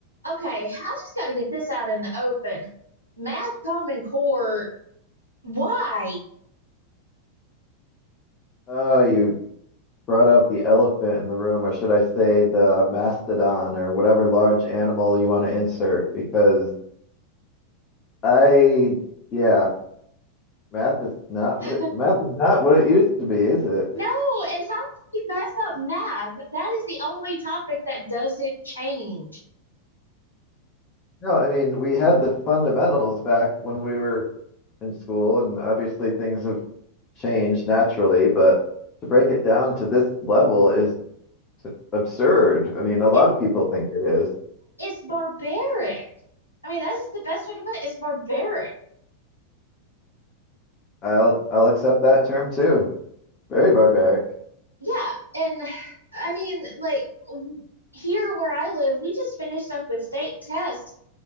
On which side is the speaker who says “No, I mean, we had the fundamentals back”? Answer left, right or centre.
Left